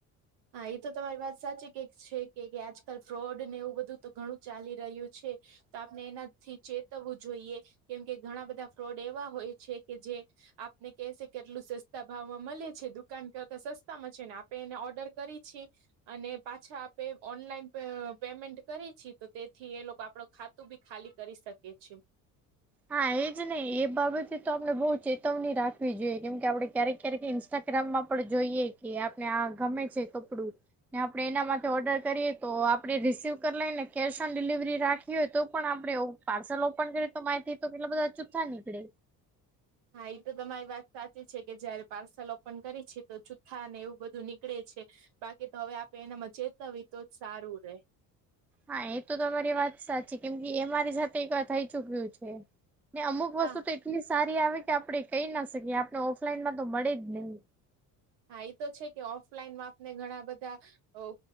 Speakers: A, on the right; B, in the centre.
A: હા એ તો તમારી વાત સાચી કક છે કે આજકાલ ફ્રોડ ને એવું બધું તો ઘણું ચાલી રહ્યું છે તો આપણે એનાથી ચેતવવું જોઈએ કેમકે ઘણા બધા ફ્રોડ એવા હોય છે કે જે આપને કેશે કેટલું સસ્તા ભાવમાં મળે છે દુકાન કરતા સસ્તામાં છે ને આપે એને ઓર્ડર કરી છે અને પાછા આપે ઓનલાઈન પેમેન્ટ કરી છી તો તેથી એ લોકો આપડો ખા તુબી ખાલી કરી શકે છે
B: હા એજ ને એ બાબતે તો આપને બઉ ચેતવણી રાખવી જોઈએ કેમ કે આપડે ક્યારેક ક્યારેક ઈન્સ ટાગ્રામમાં પણ જોઈએ કે આપને આ ગમે છે કપડું ને આપડે એના માટે ઓર્ડર કરીએ તો આપડે રિસીવ કરી લઈએ ને કેશ ઓન ડિલિવરી રાખી હોય તો પણ આપડે આવું પાર્સલ ઓપન કરી તો માહિતી તો કેટલા બધા અચૂ્ા નીકળે
A: હા એ તો તમારી વાત સાચી છે કે જયારે પાર્સલ ઓપન કરી છે, તો જુથ્થા અને એવુ બધુ નીકળે છે. બાકી તો હવે આપે એના મચેતા હોય તો જ સારુ રે
B: હા એ તો તમારી વાત સાચી કેમ કે એ મારી સાથે એક થઈ ચુક્યુ છે. ને અમુક વસ્તુ
A: હા
B: તો એટલી સારી આવે કે આપડે કઈ ના શકીએ આપને ઓફલાઈનમાં તો મળે જ નહી
A: હા એ તો છેકે, ઓફલાઈન માપ ને ઘણા બધા